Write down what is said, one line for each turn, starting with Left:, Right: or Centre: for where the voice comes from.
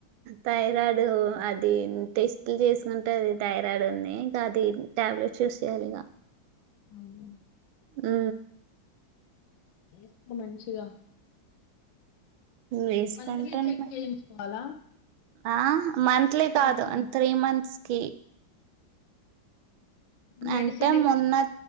Right: థైరాయిడు అది ట టెస్ట్ చేసుకుంటే అది థైరాయిడ్ ఉంది ఇక అది టాబ్లెట్ యూస్ చేస్తున్న ఇక
Left: అవునా
Right: ఉ
Left: సు మంచిగా
Right: వేసుకుంటున్నా
Left: మంత్లీ చెక్ చేయించుకోవాలా
Right: ఆ మంత్లీ కాదు
Left: మంత్లీ
Right: అ త్రీ మంత్స్ కి
Left: మెడిసిన్
Right: అంటే
Left: ఇవ్
Right: మొన్న